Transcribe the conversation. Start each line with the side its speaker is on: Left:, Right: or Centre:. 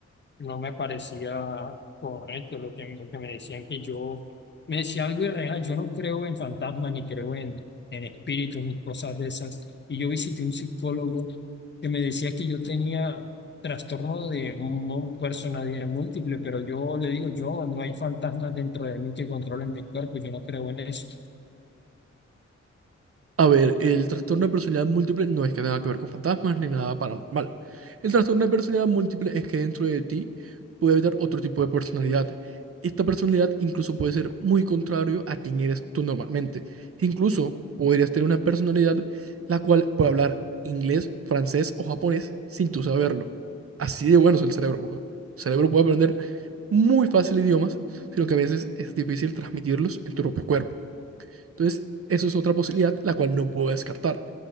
Left: no me parecía correcto lo que, lo que me decían que yo, me decía algo irreal, yo no creo en fantasmas ni creo en, en espíritus ni cosas de esas. Y yo visité un psicólogo que me decía que yo tenía trastorno de mu- personalidad múltiple, pero yo le digo, yo no hay fantasmas dentro de mí que controlen mi cuerpo, yo no creo en eso.
Right: A ver, el trastorno de personalidad múltiple no es que tenga que ver con fantasmas ni nada paranormal. El trastorno de personalidad múltiple es que dentro de ti puede haber otro tipo de personalidad. Esta personalidad incluso puede ser muy contrario a quien eres tú normalmente. Incluso podrías tener una personalidad la cual puede hablar inglés, francés o japonés sin tú saberlo. Así de bueno es el cerebro. weón. El cerebro puede aprender muy fácil idiomas, sino que a veces es difícil transmitirlos en tu propio cuerpo. Entonces, eso es otra posibilidad, la cual no puedo descartar.